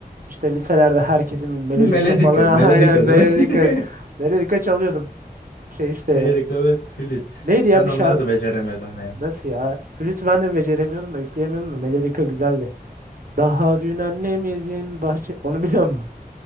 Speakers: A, on the right (about 60°); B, on the left (about 85°).
A: işte liselerde herkesin
B: <laughs>
A: bir melodika
B: Melodika,
A: falan
B: melodika
A: <laughs> aynen melodika
B: değil mi? <laughs>
A: melodika çalıyordum. Şey işte
B: Melodika ve flüt.
A: neydi ya
B: Ben
A: bir
B: onları
A: şarkı
B: da beceremedim ya.
A: nasıl ya? Flütü ben de beceremiyordum da üfleyemiyordum da melodika güzeldi. Daha dün annemizin bahçe onu biliyor musun?